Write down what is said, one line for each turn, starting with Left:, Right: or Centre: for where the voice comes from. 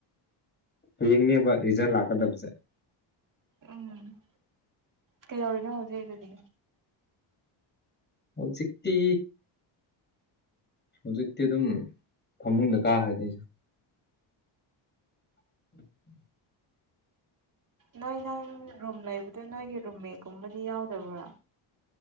Left: ꯍꯌꯦꯡꯅꯦꯕ ꯔꯤꯖꯜ ꯂꯥꯛꯀꯗꯕꯁꯦ
Right: ꯎꯝ ꯀꯩꯗꯧꯔꯤꯅꯣ ꯍꯧꯖꯤꯛ ꯑꯗꯨꯗꯤ
Left: ꯍꯧꯖꯤꯛꯇꯤ ꯍꯧꯖꯤꯛꯇꯤ ꯑꯗꯨꯝ ꯐꯃꯨꯡꯗ ꯀꯥꯈ꯭ꯔꯦꯗꯩꯁꯦ <inaudible>
Right: ꯅꯣꯏ ꯅꯪ ꯔꯨꯝ ꯂꯩꯕꯗꯣ ꯅꯣꯏꯒꯤ ꯔꯨꯝꯃꯦꯠꯀꯨꯝꯕꯗꯤ ꯌꯥꯎꯗꯕ꯭ꯔꯥ